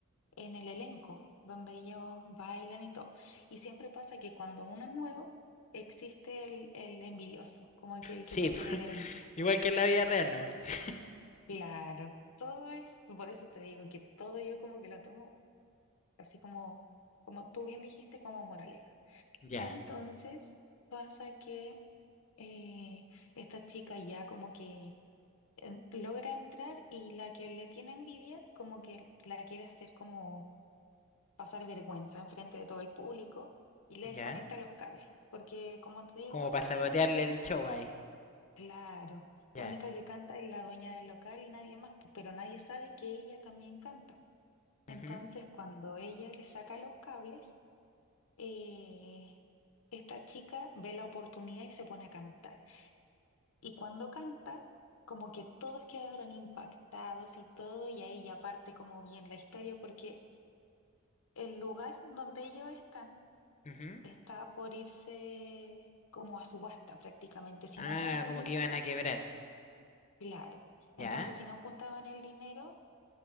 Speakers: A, on the left; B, on the left.
A: en el elenco donde ellos bailan y todo. Y siempre pasa que cuando uno es nuevo, existe el, el envidioso, como que el
B: Sí,
A: que te
B: <laughs>
A: quiere ver más.
B: igual que en la vida real no. <laughs>
A: Claro, todo es, por eso te digo que todo yo como que lo tomo así como, como tú bien dijiste, como moraleja.
B: Ya.
A: Entonces pasa que eh, esta chica ya como que eh, logra entrar y la que le tiene envidia como que la quiere hacer como pasar vergüenza enfrente de todo el público y le desconecta
B: ¿Ya?
A: los cables. Porque como te digo,
B: Como
A: la
B: para sabotearle
A: única que canta,
B: el show ahí.
A: claro,
B: Ya.
A: la única que canta es la dueña del local y nadie más, pu- pero nadie sabe que ella también canta. Entonces
B: ujú,
A: cuando ella le saca los cables, eh, esta chica ve la oportunidad y se pone a cantar. Y cuando canta, como que todos quedaron impactados y todo, y ahí ya parte como bien la historia, porque el lugar donde ellos están
B: ujú.
A: está por irse como a subasta prácticamente. Si
B: Ah,
A: no junta un
B: como
A: dinero,
B: que iban a quebrar.
A: claro.
B: ¿Ya?
A: Entonces, si no juntaban el dinero...